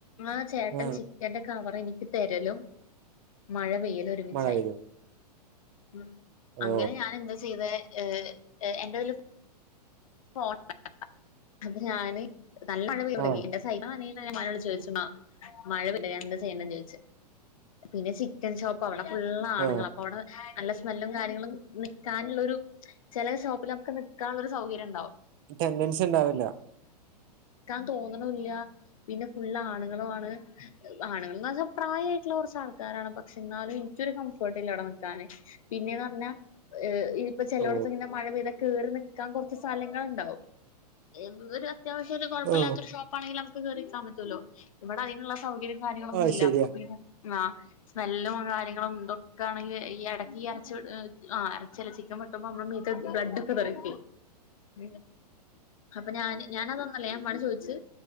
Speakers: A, on the left; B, on the right.
A: ആഹ് ചേട്ടെൻ
B: ആഹ്
A: ചിക്കെന്റെ കവെർ എനിക്ക് തെരലും മഴ പെയ്യ ലും ഒര്മിച്ചായി
B: മഴ പെയ്തു
A: അ
B: ഓ
A: അങ്ങനെ ഞാൻ എന്താ ചെയ്തെ ഏഹ് ഏഹ് എൻ്റെതില് പോണ്ട അപ്പൊ ഞാന് നല്ല മഴ പെയ്തൊടങ്ങി
B: ആഹ്
A: എന്റെ സൈക്കളാണേ മഴ <unintelligible> മഴ പെയ്യാ എന്താ ചെയ്യണ്ടേന്ന് ചോദിച്ചു പിന്നെ ചിക്കൻ ഷോപ്പ് അവടെ ഫുള്ള് ആണുങ്ങളാ
B: ആഹ്
A: അപ്പൊ അവിടെ നല്ല സ്മെല്ലും കാര്യങ്ങളും നിക്കാനുള്ളൊരു ചെല ഷോപ്പിലൊക്കെ നിക്കാനുള്ള ഒരു സൗകര്യം ഉണ്ട്
B: ട്ടെന്റെൻസിണ്ടാവില്ല
A: ക്കാൻ തോന്നുണൂല്ല പിന്നെ ഫുളള് ആണുങ്ങളും ആണ് ആണുങ്ങൾന്ന് പറഞ്ഞാൽ പ്രായമായിട്ടുള്ള കുറച്ച് ആൾക്കാരാണ് പക്ഷെ എന്നാലും എനിക്കൊരു കംഫേർട്ട് ഇല്ല അവിടെ നിക്കാന് പിന്നേന്ന് പറഞ്ഞാൽ ഏഹ് ഇപ്പ ചെലോട്ത്ത്
B: ഓ
A: ഇങ്ങനെ മഴ പെയ്ത കേറി നിക്കാൻ കൊറച്ച് സ്ഥലങ്ങൾ ഇണ്ടാവും ഇവ് ഇവര് അത്യാവശ്യം ഒരു കൊഴപ്പല്ലാത്തൊരു
B: ആഹ്
A: ഷോപ്പാണെങ്കില് നമ് യറിക്കാ പല്ലോ <unintelligible> ഇവിടെ അതിനുള്ള സൗകര്യം കാര്യങ്ങളൊന്നും
B: ആഹ്
A: ഇല്ല
B: ശരിയാ
A: അപ്പൊ പിന്നെ ആഹ് സ്മെല്ലും കാര്യങ്ങളും ഇതൊക്കെ ആണെങ്കിൽ ഈ ഇടയ്ക്ക് ഈ ഇറച്ചി വെട്ട് ഏ ആ ഇറച്ചി അല്ല ചിക്കൻ വെട്ടുമ്പോ നമ്മെടെ മീത്ത് ബ്ലഡ് ഒക്കെ തെറിക്കും ഉ <unintelligible> അപ്പൊ ഞാന് ഞാന് അതൊന്നുമല്ല ഞാൻ പണി ചോദിച്ച്